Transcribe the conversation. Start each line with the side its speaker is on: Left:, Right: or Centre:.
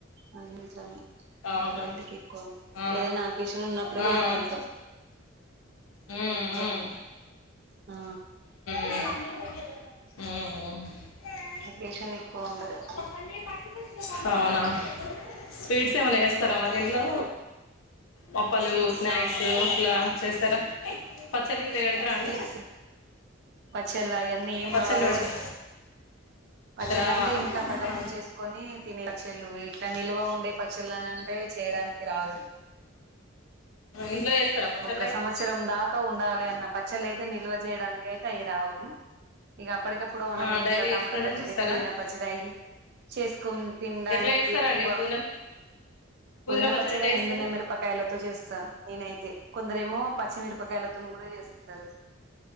Right: అన్ని ఇంట్లోనే
Left: అవునా
Right: బయటికి ఎక్కువ
Left: ఆ,
Right: ఏదైనా అకేషన్ ఉన్నప్పుడే
Left: ఆ,
Right: బయటికి వెళ్తాం
Left: ఉమ్,
Right: ఎక్కువ
Left: ఉమ్,
Right: ఉండదు ఆ
Left: వ <unintelligible>
Right: అకేషన్
Left: ఊ
Right: ఎక్కువ ఉండదు
Left: అవునా స్వీట్స్ ఏమైనా చేస్తారా మరి ఇంట్లో పప్పలు
Right: స్వీట్స్
Left: స్నాక్స్
Right: ఆ
Left: ఇట్లా చేస్తారా పద్ పచ్చళ్ళు గిట్లా పెడతారా
Right: స్వీట్స్
Left: అండి
Right: పచ్చళ్ళ అన్ని ఏం
Left: పచ్చళ్ళు
Right: రావు
Left: పెడతారా
Right: పచ్చళ్ళ
Left: రావా
Right: అంటే ఇంట్లో అప్పటికప్పుడు
Left: ఆహా
Right: చేసుకొని తినే పచ్చళ్ళు ఇట్లా నిల్వ ఉండే పచ్చళ్ళుని అంటే చేయడానికి రాదు
Left: ఇంట్లో చేస్తారా పచ్చళ్ళు
Right: ఒక
Left: అయితే
Right: సంవత్సరం దాకా ఉండాలి అన్న పచ్చళ్ల అయితే నిల్వ చేయడానికి అయితే అవి రావు ఇక అప్పటికప్పుడు మనం
Left: ఆ
Right: ఇంట్లోమ
Left: డైలీ చేసుకునేటివి చేస్తారా
Right: పుదీనా పచ్చడి అయ చేసుకుని తినడానికి
Left: ఎట్లా చేస్తారా అండి
Right: ఒక
Left: పుదీనా పుదీనా
Right: పుదీన పచ్చడి
Left: ఎట్లా చేస్తారు
Right: ఎండినమిరపకాయలతో చేస్తాను. నేనైతే కొందరేమో పచ్చిమిరపకాయలతోని కూడా చేస్తా. సరు